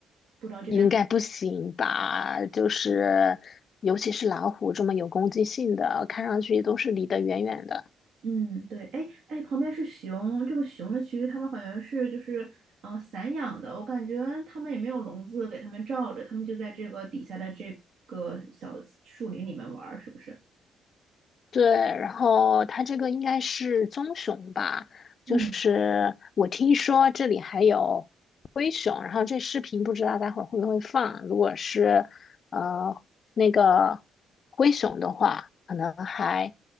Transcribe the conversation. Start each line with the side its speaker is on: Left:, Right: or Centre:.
Right: 不知道这边。
Left: 应该不行吧？就是尤其是老虎这么有攻击性的，看上去都是离得远远的。
Right: 嗯，对，哎哎，旁边是熊，这个熊的区，域，它们好像是就是呃散养的，我感觉它们也没有笼子给它们罩着，它们就在这个底下的这个小树林里面玩儿，是不是？
Left: 对，然后它这个应该是棕熊吧，就是我听说这里还有灰熊，
Right: 嗯，
Left: 然后这视频不知道待会儿会不会放。如果是呃那个灰熊的话，可能还